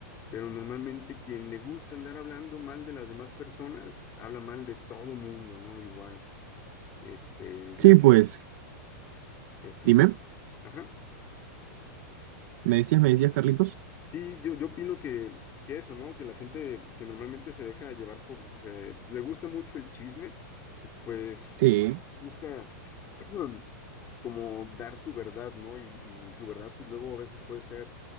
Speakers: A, on the left; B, on the right.
A: pero normalmente quien le gusta andar hablando mal de las demás personas, habla mal de todo mundo, ¿no? Igual, este,
B: Sí,
A: yo,
B: pues,
A: que sí,
B: dime,
A: ajá.
B: ¿me decías, me decías, Carlitos?
A: Sí, yo, yo opino que, que eso, ¿no? Que la gente que normalmente se deja llevar por, se, le gusta mucho el chisme pues
B: Sí.
A: busca <clears throat> mm, como dar su verdad, ¿no? Y, y su verdad, pues luego a veces puede ser